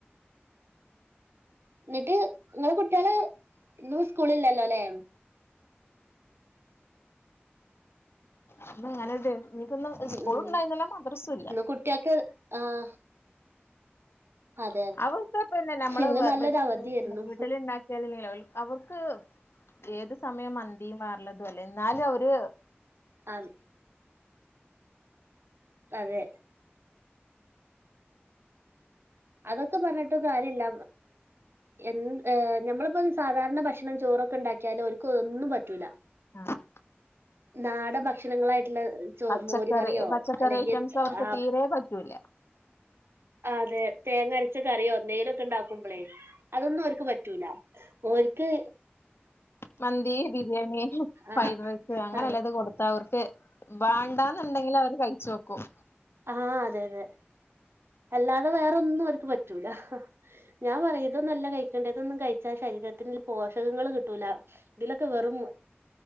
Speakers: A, on the right; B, on the left.
A: എന്നിട്ട് നിങ്ങളെ കുട്ടികള് ഇന്നും സ്കൂളില്ലല്ലോ അല്ലെ
B: അങ്ങനെ നിനിക്കൊന്ന്
A: ഉം
B: സ്കൂളും
A: ഉം
B: ഇണ്ടായിരുന്നില്ല മദ്രസുംഇല്ല
A: ഇന്ന് കുട്ടികൾക്ക് ആഹ് അതെ <unintelligible>
B: അവർക്ക് പിന്നെ നമ്മള്
A: ഇന്ന്
B: വേ
A: നല്ലൊരു അവധിയായിരുന്നു
B: വീട്ടിലെ ഉണ്ടാക്കിയാലല്ലെങ്കിൽ അവർക്ക് ഏത് സമയം മന്തിയും വേറെയുള്ളത് അല്ലേ എന്നാലും അവര്
A: ആം അതെ അതൊക്കെ പറഞ്ഞിട്ടൊ കാര്യയില്ല എന്ത്‌ നമ്മളിപ്പോ സാധാരണ ഭക്ഷണം ചോറൊക്കെ ഉണ്ടാക്കിയാലും ഓർക്ക് ഒന്നും പറ്റൂല
B: ആം....
A: നാടൻ ഭക്ഷണങ്ങളായി് ചോ
B: പച്ചക്കറി
A: മോരുകറിയോ
B: പച്ചക്കറി
A: അല്ലെങ്കിൽ
B: ഐറ്റംസ് അവർക്ക്
A: ആ
B: തീരെ പറ്റൂല
A: ആ അതെ തേങ്ങ അരച്ച കറിയോ എന്തേലും ഒക്കെ ഉണ്ടാക്കുമ്പോളേ അതൊന്നും അവർക്ക് പറ്റൂല്ല ഓർക്ക്
B: മന്തി ബിരിയാണി ഫ്രൈഡ്
A: ആഹ്
B: റൈസ് അങ്ങനെ
A: അതെ
B: എല്ലാ ഇതും കൊടുത്ത അവർ വെ വേണ്ടാന്നുണ്ടെങ്കിൽ അവര് കഴിചോക്കും
A: ആഹ അതെ അതെ അല്ലാതെ വേറെന്നും അവർക്ക് പറ്റൂല ഞാൻ പറയതൊന്നും അല്ല കഴിക്കേണ്ടതൊന്നും കഴിച്ചാൽ ശരി ശരീരത്തിൽ പോഷകങ്ങൾ കിട്ടൂല ഇതിലൊക്കെ വെറും